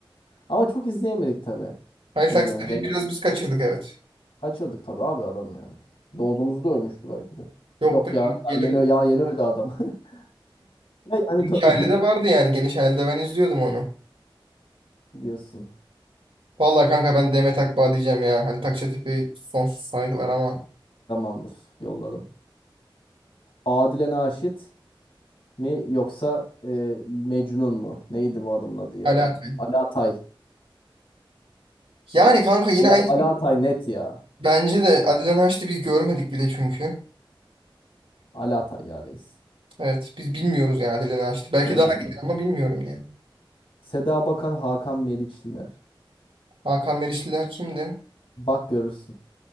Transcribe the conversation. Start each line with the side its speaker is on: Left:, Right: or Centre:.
Left: Ama çok izleyemedik tabii.
Right: Halit
Left: Biz
Right: Akçatepe'yi
Left: yani gene
Right: biraz biz kaçırdık evet.
Left: kaçırdık tabii abi adam yani. Doğduğumuzda ölmüştü belki de.
Right: Yok
Left: Yok
Right: be
Left: ya. Daha
Right: yeni
Left: yeni, ya yeni öldü adam. <laughs> Ve yani
Right: geniş
Left: do-
Right: aile de vardı yani geniş ailede ben izliyordum onu.
Left: <laughs> diyorsun.
Right: Vallahi kanka ben Demet Akbağ diyeceğim ya. Halit Akçatepe sonsuz saygılar ama
Left: Tamamdır. Yolladım. Adile Naşit mi yoksa e, Mecnun mu? Neydi bu adamın adı ya?
Right: Ali Atay.
Left: Alatay.
Right: Yani kanka yine
Left: Ala,
Right: aynı.
Left: Alatay net ya.
Right: Bence de Adile Naşit'i biz görmedik bile çünkü.
Left: Alatay ya reis.
Right: Evet biz bilmiyoruz yani Adile Naşit'i. Belki
Left: Tabii
Right: daha
Left: canım.
Right: iyi ama bilmiyorum yani.
Left: Seda Bakan, Hakan Meriçliler.
Right: Hakan Merişliler kimdi?
Left: Bak görürsün.